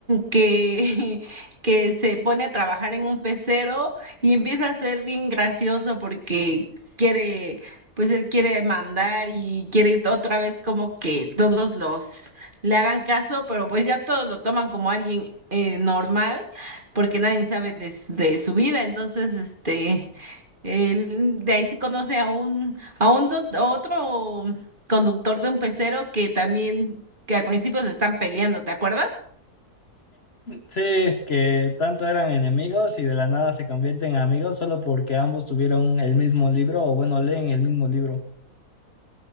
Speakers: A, on the right; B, on the left.
A: que, <laughs> que se pone a trabajar en un pecero y empieza a ser bien gracioso porque quiere, pues él quiere mandar y quiere otra vez como que todos los le hagan caso, pero pues ya todos lo toman como alguien eh, normal porque nadie sabe de, s- de su vida, entonces este... Él- de ahí se conoce a un, a un ot- otro conductor de un pecero que también, que al principio se están peleando, ¿te acuerdas?
B: Sí, que tanto eran enemigos y de la nada se convierten en amigos solo porque ambos tuvieron el mismo libro o bueno, leen el mismo libro.